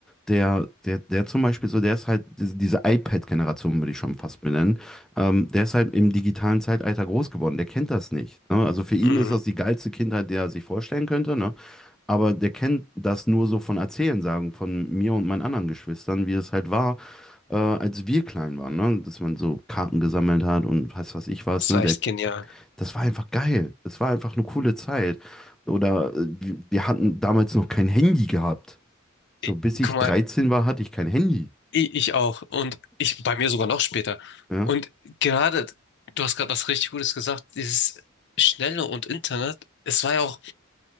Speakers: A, in the centre; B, on the left.
A: der, der, der zum Beispiel so, der ist halt diese diese iPad-Generation, würde ich schon fast benennen. Ähm, der ist halt im digitalen Zeitalter groß geworden. Der kennt das nicht. Ne? Also für ihn
B: Mhm.
A: ist das die geilste Kindheit, die er sich vorstellen könnte. Ne? Aber der kennt das nur so von Erzählen, sagen, von mir und meinen anderen Geschwistern, wie es halt war, äh, als wir klein waren. Ne? Dass man so Karten gesammelt hat und weiß was ich was.
B: Das
A: Ne?
B: war
A: Der,
B: echt genial.
A: das war einfach geil. Das war einfach eine coole Zeit. Oder äh, wir wir hatten damals noch kein Handy gehabt. So,
B: Ich,
A: bis ich
B: guck mal,
A: 13 war, hatte ich kein Handy.
B: ich, ich auch. Und ich bei mir sogar noch später.
A: Ja,
B: Und gerade, du hast gerade was richtig Gutes gesagt, dieses Schnelle und Internet, es war ja auch